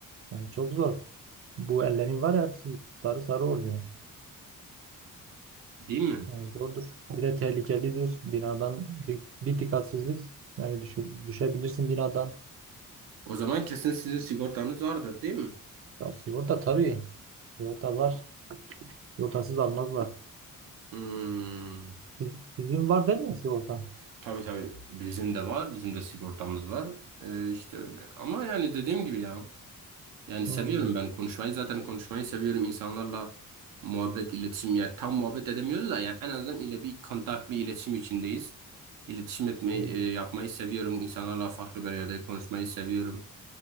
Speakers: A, on the right; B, on the right.
A: Yani çok zor. Bu ellerin var ya hepsi sarı sarı oluyor.
B: Değil mi?
A: Yani zordur. Bir de tehlikelidir. Binadan di- bir dikkatsizlik yani düşü- düşebilirsin binadan.
B: O zaman kesin sizin sigortanız vardır değil mi?
A: Ya sigorta tabii. Sigorta var. Sigortasız almazlar.
B: Hmm,
A: Siz, sizin var değil mi sigorta?
B: tabii tabii bizim de var. Bizim de sigortamız var. Ee, işte öyle. Ama yani dediğim gibi ya. Yani seviyorum
A: Hmm.
B: ben konuşmayı. Zaten konuşmayı seviyorum insanlarla muhabbet, iletişim. Yani tam muhabbet edemiyoruz da yani en azından ile bir kontak, bir iletişim içindeyiz. İletişim etmeyi,
A: Hmm.
B: e, yapmayı seviyorum. İnsanlarla farklı bir yerde konuşmayı seviyorum.